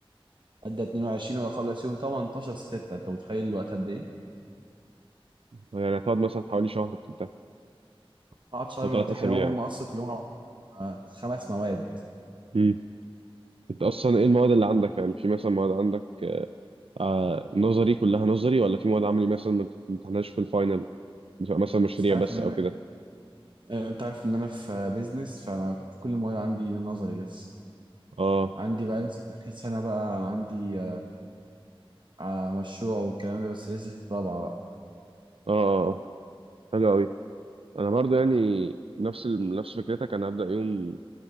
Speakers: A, on the right; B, on the right.
A: أبدأ 22 وأخلص يوم 18 6 أنت متخيل الوقت قد إيه؟
B: يعني هتقعد مثلا حوالي شهر بتاع
A: قعدت شهر
B: او ثلاث
A: بمتحن
B: اسابيع
A: أهو
B: يعني
A: هم أصلا كلهم على- آه، خمس مواد
B: مم. انت اصلا ايه المواد اللي عندك يعني في مثلا مواد عندك آه آه، نظري كلها نظري ولا في مواد عملي مثلا ما بتمتحنهاش في الفاينل بتبقى مثلا مشاريع
A: بس أنت عارف
B: بس
A: إن أنا
B: او كده
A: آه، أنت عارف إن أنا في بيزنس فأنا كل المواد عندي نظري لسه
B: اه
A: عندي بقى لسه في آخر سنة بقى عندي آه، آه، مشروع والكلام ده بس لسه في رابعة بقى
B: اه آه، آه. حلو قوي انا برضو يعني نفس ال... نفس فكرتك انا هبدأ يوم